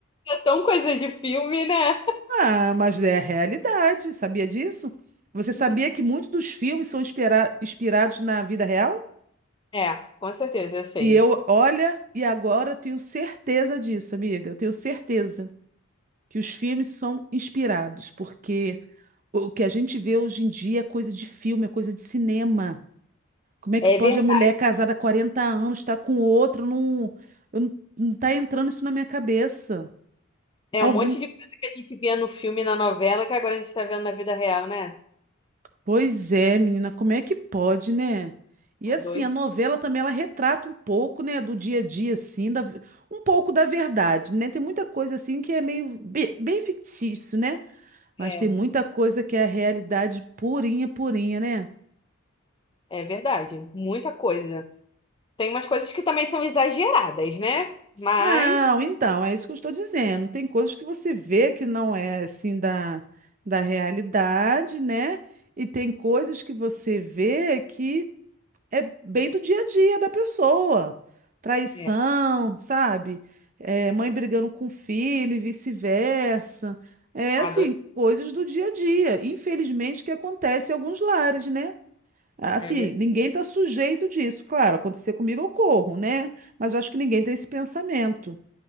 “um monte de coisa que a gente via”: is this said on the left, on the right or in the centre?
Left